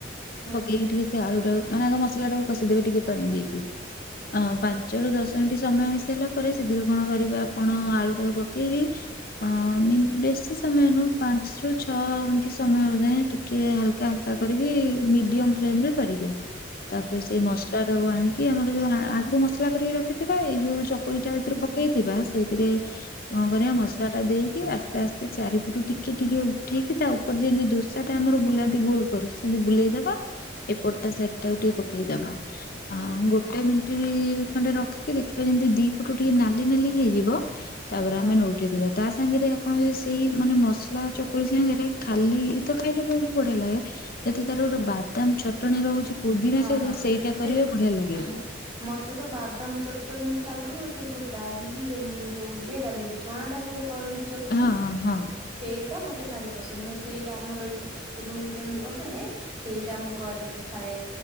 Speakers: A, on the right; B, on the left.
A: ହଁ ହଁ
B: ପକେଇକି ଟିକେ ସେ ଆଳୁ ଟା ମାନେ ଆଗ ମସଲା ଟାକୁ ଆଗେ କଷିଦେବେ ଟିକେ ପାଣି ଦେଇ କି। ଅ ପାଞ୍ଚ ରୁ ଦଶ ମିନିଟ୍ ସମୟ ହେଇସାରିଲା ପରେ ସେଧୀରେ କଣ କରିବେ ଆପଣ ଆଳୁ ଟାକୁ ପକେଇକି ଆ ମିନି ବେଶୀ ସମୟ ନୁ। ପାଞ୍ଚ ରୁ ଛଅ ଏତି ସମୟ ଯାଏ ଟିକେ ହାଲ କାନ୍ତା କରିକି ମିଡିୟମ ଫ୍ଲେମ ରେ କରିବେ। ତାପରେ ସେଇ
A: ହୁଁ
B: ମସଲା ଟାକୁ ଆଣିକି ଆମର ଯୋଉ ଆଗୁରୁ ମସଲା କରିକି ରଖିଥିବା ଏଇ ଯୋଉ ଚ ଚକୁଳି ତା ଏଇଥିରେ
A: ହୁଁ
B: ପକେଇଥିବା ସେଇଥିରେ କ କରିବା
A: ହୁଁ
B: ମସଲା ଟା ଦେଇକି ଆସ୍ତେ ଆସ୍ତେ ଚାରିପେଟୁ ଟିକେ ଟିକେ ଉଠେଇକି ତାଉଁ ଉପରେ ଯେମିତି ଦୁଶା ଟା ଆମର ବୁଲାନ୍ତି। ଗୁଲୁ କରିକି ସେମିତି ବୁଲେଇଦବା। ଏପଟଟା ସାଇଟା ଟାକୁ ଟିକେ ପକେଇଦବା। ଆଁ ଗୋଟେ ମିଟିଇ ଖଣ୍ଡେ ରଖିକି ଦେଖିବା ଯେମିତି ଦି ପଟୁ ଟିକେ ନାଲି ନାଲି ହେଇଯିବ। ତା ପରେ
A: ହଁ
B: ଆମେ ନଉ ଯିବା ତା ସାଙ୍ଗରେ ଆପଣ ଯଦି ସେଇ ମାନେ ମସଲା ଚକୁଳି ସାଙ୍ଗରେ ଖାଲି ତ ଖାଇଲେ ବହୁ ବଢିଆ ଲାଗେ। ଯଦି ତାର ଗୋଟେ
A: ହୁଁ
B: ବାଦାମ ଚଟଣି ରହୁଚି ପୁଦିନା
A: ହଁ
B: ସହିତ
A: ହଁ
B: ସେଇଟା
A: ସେ
B: କରିବେ ବଢିଆ ଲାଗେ।
A: ହଁ ମତେ ତ ବାଦାମ ଚଟଣି ଠାରୁ ସେ ଯୋଉ ଡାଲିରେ ଯୋଉ ଇଏ ଡାଲିରେ ଚଣା ଡାଲିରେ କରନ୍ତି ଚଟଣି?
B: ହଁ ହଁ
A: ସେଇଟା ମତେ ଭାରି ପସନ୍ଦ ମୁଁ ସେଇଟା ଆମର ଏଇଠି ରୁମ୍ ରେ ମୁଁ ରହେ। ସେଇଟା ମୁଁ କରିକି ଖାଏ।